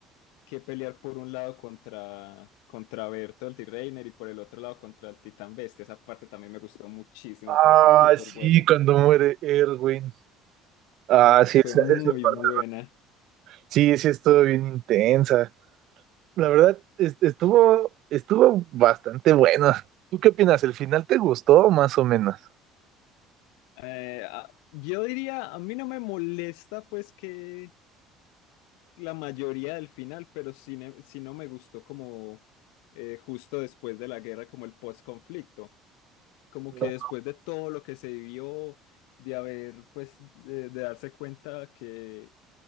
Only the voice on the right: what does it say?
Ah,
sí,
cuando muere Erwin. Ah,
sí,
esa,
esa parte.
Sí, sí, estuvo bien intensa. La verdad, es- estuvo, estuvo bastante bueno. ¿Tú qué opinas? ¿El final te gustó más o menos?
No,